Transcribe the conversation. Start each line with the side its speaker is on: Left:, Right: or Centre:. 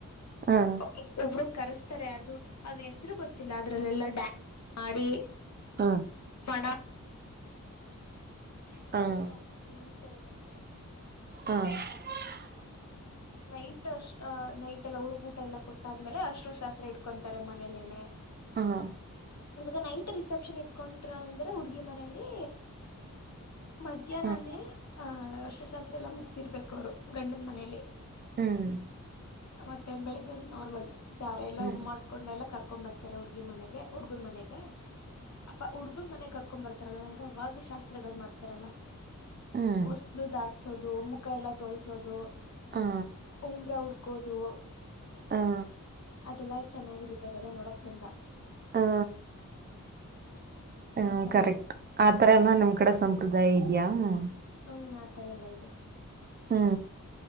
Right: ಹ್ಮ್ ಹ್ಮ್
Left: ಒ ಒಬ್ರು <unintelligible> ಕರೆಸ್ತಾರೆ ಅದು ಅದ್ ಹೆಸರು ಗೊತ್ತಿಲ್ಲ ಅದ್ರಲ್ಲೆಲ್ಲಾ ಡ್ಯಾನ್ಸ್ <unintelligible> ಮಾಡಿ
Right: ಹಾ
Left: <unintelligible> ಕೆರೆ
Right: ಹಾ
Left: ಹತ್ರ ಹೋಗ ನೀರ್ ತಗೋಬರ್ತಾರೆ
Right: ಹ್ಮ <unintelligible>
Left: ನೈಟ್ ಅಷ್ಟ ಅ ನೈಟ್ ಎಲ್ಲಾ ಅವರ್ಗ್ ಊಟ ಎಲ್ಲ ಕೊಟ್ಟಾದ್ಮೇಲೆ ಅರ್ಸನ ಶಾಸ್ತ್ರ ಇಡ್ಕೊಂತಾರೆ ಮನೇಲೆನೆ
Right: ಹಾ
Left: ಇವಾಗ ನೈಟ್ ರಿಸೆಪ್ಷನ್ ಇಟ್ಕೊಟ್ರ ಅಂದ್ರೆ ಹುಡ್ಗಿ ಮನೇಲಿ ಮಧ್ಯಾಹ್ನನೇ
Right: ಹ್ಮ್
Left: ಆ ಅರಿಶಿನಶಾಸ್ತ್ರ ಎಲ್ಲಾ ಮುಗಸಿರ್ಬೇಕು ಅವ್ರು ಗಂಡನ ಮನೇಲಿ
Right: ಹ್ಮ್
Left: ಮತ್ತೆ ಬೆಳಗ್ ನಾರ್ಮಲ್ ದಾರೆ ಎಲ್ಲ
Right: ಹ್ಮ್
Left: ಉ ಮಾಡಕೊಂಡೆಲ್ಲ ಕರ್ ಕರ್ಕೊಂಡ್ <unintelligible> ಬರ್ತಾರೆ ಹುಡುಗಿ ಮನೆಗೆ ಉುಡ್ಗುನ್ ಮನೆಗೆ ಅಪ ಹುಡ್ಗುನ್ ಮನೆ ಕರ್ <unintelligible> <unintelligible> ಬರ್ತಾರಲ್ಲಾ ನಂಗ್ ಅವಾಗ ಶಾಸ್ತ್ರಗಳು ಮಾಡ್ತಾರಲ್ಲಾ
Right: ಹ್ಮ್
Left: ಹೊಸಲು <unintelligible> ದಾಟ್ <unintelligible> ಸೋದು ಮುಖ ಎಲ್ಲ ತೊಳಸೋದು
Right: ಹಾ
Left: ಉಂಗ್ರ ಉಡ್ <unintelligible> ಕೂದು <unintelligible>
Right: ಹಾ
Left: ಅದೆಲ್ಲಾ ಚೆನ್ನಾಗಿರುತ್ತ ಅದೆಲ್ಲಾ ನೋಡಕ್ ಚಂದ
Right: ಹಾ ಹ್ಮ
Left: ಈ ತರ
Right: ಕರೆಕ್ಟ್
Left: ಎಲ್ಲ
Right: ಆತರ ಎಲ್ಲ ನಿಮ್ ಕಡೆ ಸಂಪ್ರದಾಯ ಇ ಯ <unintelligible>
Left: ಹ್ಮ್ ಆತರ ಎಲ್ಲಾ ಇದೆ
Right: ಹ್ಮ